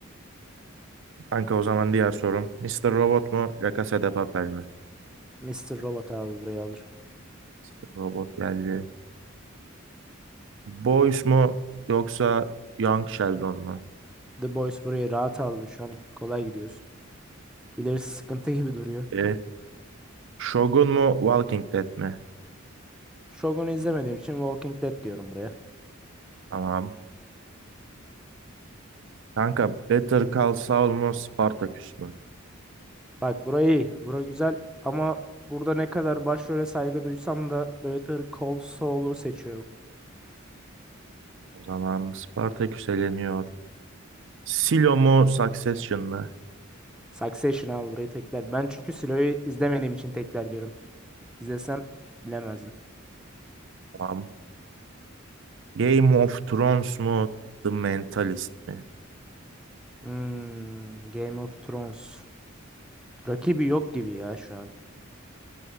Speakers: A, on the right; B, in the centre.
A: Kanka o zaman diğer sorum. Mister Robot mu? La Casa de Papel mi?
B: Mister Robot abi buraya alır.
A: Mr. Robot geldi. Boys mu? Yoksa Young Sheldon mu?
B: The Boys burayı rahat aldı. Şu an kolay gidiyoruz. İlerisi sıkıntı gibi duruyor.
A: İşte, Shogun mu? Walking Dead mi?
B: Shogun'u izlemediğim için Walking Dead diyorum buraya.
A: Tamam. Kanka Better Call Saul mu? Spartacus mu?
B: Bak burayı, iyi. Bura güzel ama burada ne kadar başrole saygı duysam da Better Call Saul'u seçiyorum.
A: O zaman Spartacus eleniyor. Silo mu? Succession mı?
B: Succession abi burayı tekrar. Ben çünkü Silo'yu izlemediğim için tekrar diyorum. İzlesem bilemezdim.
A: Tamam. Game of Thrones mu? The Mentalist mi?
B: Hmm, Game of Thrones. Rakibi yok gibi ya şu an.